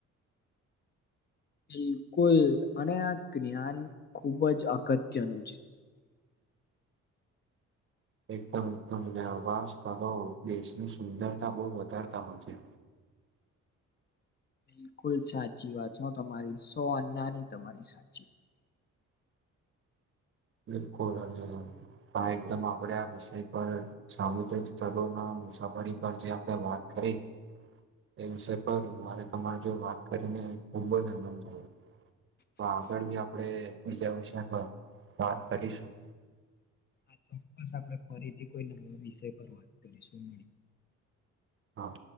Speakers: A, on the left (about 35°); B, on the right (about 45°).
A: <inaudible> બિલકુલ અને આ જ્ઞાન ખુબ જ અગત્યનું છે <inaudible>
B: એકદમ એકદમ અને આવા સ્થળો દેશની સુંદરતા બઉ વધારતા હોય છે
A: <inaudible> બિલકુલ સાચી વાત છે હો તમારી સો આન્નાની તમારી સાચી વાત
B: બિલકુલ અને પણ એકદમ આપડે આ વિષય પર સામુદ્રિક સ્થળોના મુસાફરી પર જે આપણે વાત કરી એ વિષય પર મારે તમારી જોડે વાત કરીને ખુબ જ આનંદ થયો તો આગળ બી આપણેે બીજા વિષય પર વાત કરીશું
A: આ ચોક્કસ આપણે ફરીથી કોઈ નવા વિષય પર વાત કરીશું
B: હા